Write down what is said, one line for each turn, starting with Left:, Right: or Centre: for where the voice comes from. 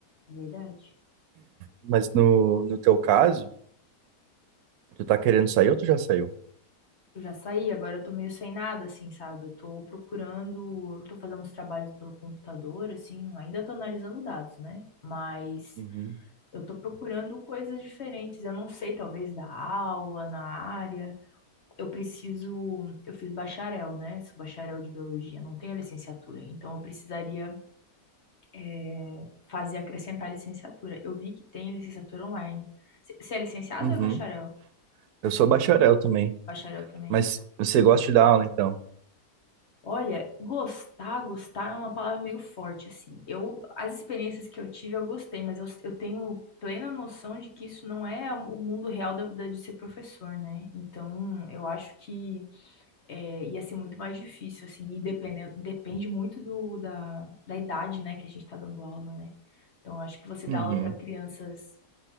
Left: É verdade.
Right: Mas no, no teu caso, tu tá querendo sair ou tu já saiu?
Left: Eu já saí, agora eu tô meio sem nada, assim, sabe? Eu tô procurando, eu tô fazendo os trabalhos pelo computador, assim, ainda tô analisando dados, né? Mas
Right: Uhum.
Left: Eu tô procurando coisas diferentes. Eu não sei, talvez da aula, na área. Eu preciso. Eu fiz bacharel, né? Sou bacharel de biologia, não tenho licenciatura. Então eu precisaria, eh, fazer acrescentar licenciatura. Eu vi que tem licenciatura online. C- Você é licenciado
Right: Uhum.
Left: ou é bacharel?
Right: Eu sou bacharel também,
Left: Bacharel também.
Right: mas você gosta de dar aula então?
Left: Olha, gostar, gostar é uma palavra meio forte, assim. Eu, as experiências que eu tive, eu gostei, mas eu, eu tenho plena noção de que isso não é o mundo real da, da- de ser professor, né? Então, eu acho que é, ia ser muito mais difícil, assim, e dependendo, depende muito do, da, da idade, né, que a gente tá dando aula, né? Então, eu acho que você dá
Right: Uhum.
Left: aula para crianças